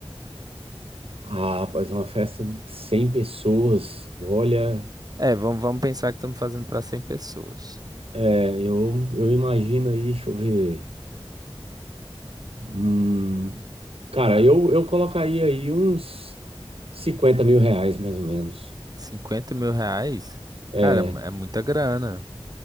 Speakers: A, on the right; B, on the right.
A: Ah, pois uma festa de 100 pessoas. Olha,
B: É, vamos, vamos pensar que estamos fazendo para cem pessoas.
A: é, eu, eu imagino aí, deixa eu ver. Hum, cara, eu, eu colocaria aí uns cinquenta mil reais, mais ou menos.
B: Cinquenta mil reais?
A: É,
B: Cara, é muita grana.